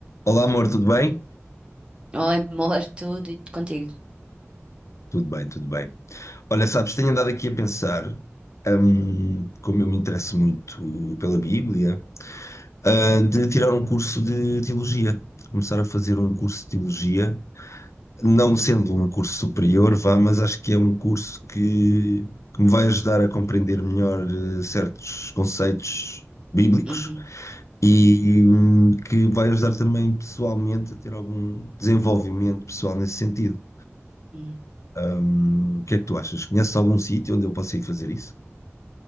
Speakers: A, on the left; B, on the right.
A: Olá, amor, tudo bem?
B: Oh, amor, tudo e contigo.
A: Tudo bem, tudo bem. Olha, sabes, tenho andado aqui a pensar, hum, como eu me interesso muito pela Bíblia, ah, de tirar um curso de teologia, de começar a fazer um curso de teologia, não sendo um curso superior, vá, mas acho que é um curso que, que me vai ajudar a compreender melhor, eh, certos conceitos bíblicos
B: Uhum,
A: e,
B: uhum,
A: hum, que vai ajudar também pessoalmente a ter algum desenvolvimento pessoal nesse sentido.
B: uhum.
A: Hum, O que é que tu achas? Conheces algum sítio onde eu possa ir fazer isso?